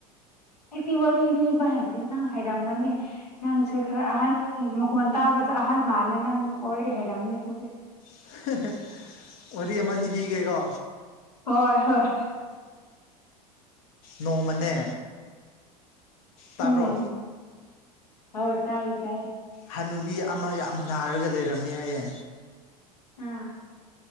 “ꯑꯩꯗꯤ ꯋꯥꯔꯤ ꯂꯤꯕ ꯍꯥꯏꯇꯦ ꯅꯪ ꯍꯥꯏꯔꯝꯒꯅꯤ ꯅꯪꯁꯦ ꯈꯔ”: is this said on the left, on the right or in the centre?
Left